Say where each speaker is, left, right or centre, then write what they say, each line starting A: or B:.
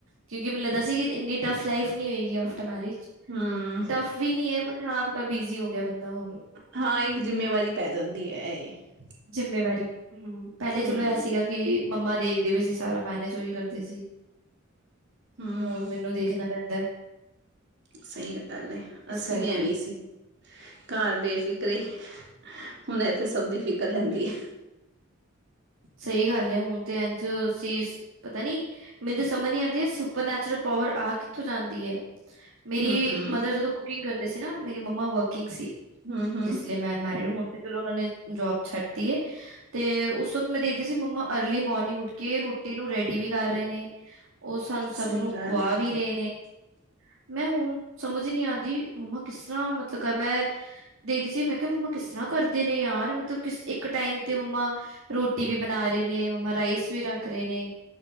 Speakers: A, on the right; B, on the right.
A: ਕਿਉਂਕਿ ਮੈਨੂੰ ਲੱਗਦਾ ਸੀ ਕਿ ਇੰਨੀ ਟਫ ਲਾਈਫ ਨਹੀਂੀ ਹੋਏਗੀ ਆਫਟਰ ਮੈਰਿਜ।
B: ਹਮ
A: ਟਫ ਵੀ ਨਹੀਂੀ ਏ ਬਟ ਹਾਂ ਥੋੜ੍ਹਾ ਬਿਜੀੀ ਹੋ ਗਿਆ ਬੰਦਾ ਹੁਣ
B: ਹਾਂ ਇੱਕ ਜਿੰਮੇਵਾਰੀ ਪੈ ਜਾਂਦੀ ਏ ਇਹ ਐ।
A: ਜਿੰਮੇਵਾਰੀ ਹਮ ਪਹਿਲੇ ਚਲੋ
B: ਹਮ
A: ਇਹ ਸੀਗਾ ਕਿ ਮੰਮਾ ਦੇਖਦੇ ਵੀ ਸੀ ਸਾਰਾ ਮੈਨੇਜ ਉਹੀ ਕਰਦੇ ਸੀ
B: ਹਮ
A: ਹੁਣ ਮੈਨੂੰ ਦੇਖਣਾ ਪੈਂਦਾ
B: ਸਹੀ ਗੱਲ ਹੈ
A: ਇਸ
B: ਅੱਸੀਂ
A: ਕਰਕੇ
B: ਵੀ ਐਵੇੀ ਸੀ। ਘਰ ਬੇਫਿਕਰੇ ਹੁਣ ਇਥੇ ਸਭ ਦੀ ਫਿਕਰ ਰਹਿੰਦੀ ਏ।
A: ਸਹੀ ਗੱਲ ਹੈ ਹੁਣ ਤੇ ਇੰਝ ਸੀ ਪਤਾ ਨੀ ਮੈਨੂੰ ਸਮਝ ਨੀ ਆਉਂਦੀ ਏ ਸੁਪਰਨੈਚੁਰਲ ਪਾਵਰ ਆਹ ਕਿੱਥੋਂ ਜਾਂਦੀ ਏ।
B: ਹੈ
A: ਮੇਰੀ
B: ਹਮ
A: ਮਦਰ ਜਦੋਂ ਕੁਕਿੰਗ ਕਰਦੇ ਸੀ ਨਾ ਮੇਰੀ ਮੰਮਾ ਵਰਕਿੰਗ ਸੀ।
B: ਹਮ ਹਮ
A: ਜਿਸ ਲਈ ਮੈ ਅਨਮੇਰਿਡ ਹੁਣ ਤੇ ਚਲੋ ਉਹਨਾਂ ਨੇ ਜੋਬ ਛੱਡ ਤੀ ਏ ਤੇ ਮੈਂ ਦੇਖਦੀ ਸੀ ਮੰਮਾ ਅਰਲੀ ਮੋਰਨਿੰਗ ਉੱਠ ਕੇ ਰੋਟੀ ਨੂੰ ਰੈਡੀ ਵੀ ਕਰ ਰਹੇ ਨੇ ਉਹ ਸਾਨੂੰ ਸਭ
B: ਸਹੀ
A: ਨੂੰ
B: ਗੱਲ
A: ਖੁਆ
B: ਏ
A: ਵੀ ਰਹੇ ਨੇ। ਮੈਂ ਹੁਣ ਸਮਝ ਹੀ ਨੀ ਆਉਂਦੀ ਮੰਮਾ ਕਿਸ ਤਰ੍ਹਾਂ ਮਤਲਬ ਕ ਮੈਂ ਦੇਖਦੀ ਸੀ, ਮੈਂ ਕਿਹਾ ਮੰਮਾ ਕਿਸ ਤਰ੍ਹਾਂ ਕਰਦੇ ਨੇ ਯਾਰ ਮਤਲਬ ਕਿਸ ਇੱਕ ਟਾਈਮ ਤੇ ਮੰਮਾ ਰੋਟੀ ਵੀ ਬਣਾ ਰਹੇ ਨੇ ਮੰਮਾ ਰਾਈਸ ਵੀ ਰੱਖ ਰਹੇ ਨੇ।